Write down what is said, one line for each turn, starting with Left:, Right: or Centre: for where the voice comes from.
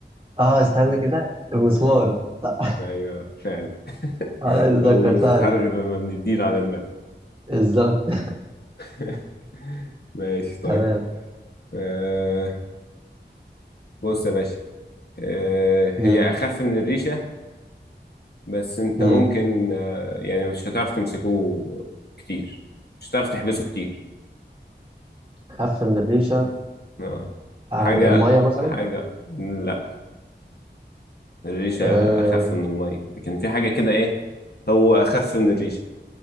Right: آه استنى كده المسمار صح
Left: ايوه فعلا <laughs>
Right: آه ذكرتها
Left: هو مش بيتحرك
Right: دي
Left: غير لما بنديله على دماغه
Right: بالظبط <laughs>
Left: <laughs> ماشي طيب
Right: تمام
Left: آه بص يا باشا آه
Right: مم.
Left: هي اخف من الريشه بس انت
Right: مم.
Left: ممكن آه يعني مش هتعرف تمسكه كتير مش هتعرف تحبسه كتير
Right: خف من الريشة
Left: اه
Right: يعني
Left: حاجه
Right: المية مثلا
Left: حاجه لا الريشه
Right: آه.
Left: اخف من الميه لكن في حاجه كده ايه هو اخف من الريشه